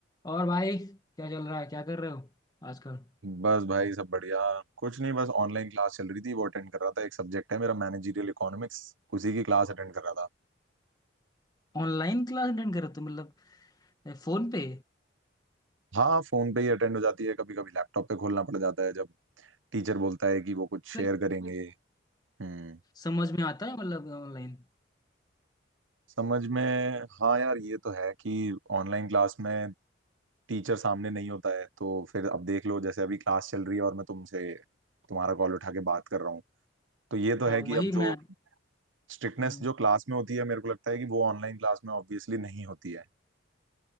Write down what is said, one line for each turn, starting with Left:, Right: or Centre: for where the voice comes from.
Left: और भाई क्या चल रहा है क्या कर रहे हो आजकल
Right: बस भाई सब बढ़िया कुछ नहीं बस ऑनलाइन क्लास चल रही थी वो अटेंड कर रहा था एक सब्जेक्ट है मेरा मैनेजरियल इकोनॉमिक्स उसी की क्लास अटेंड कर रहा था
Left: ऑनलाइन क्लास अटेंड कर रहे हो तुम मतलब फोन पे
Right: हाँ फोन पे ही अटेंड हो जाती है कभी कभी लैपटॉप पे खोलना पड़ जाता है जब टीचर बोलता है कि वो कुछ शेयर
Left: लाइक
Right: करेंगे हम्म
Left: समझ में आता है मतलब ऑनलाइन
Right: समझ में हाँ यार ये तो है कि ऑनलाइन क्लास में टीचर सामने नहीं होता है तो फिर अब देख लो जैसे अभी क्लास चल रही है और मैं तुमसे तुम्हारा कॉल उठा के बात कर रहा हूँ तो ये तो
Left: हाँ
Right: है
Left: वही
Right: कि अब जो
Left: मैं
Right: स्ट्रिक्टनेस
Left: हम्म,
Right: जो क्लास में होती है मेरे को लगता है कि वो ऑनलाइन क्लास में ऑब्वियसली नहीं होती है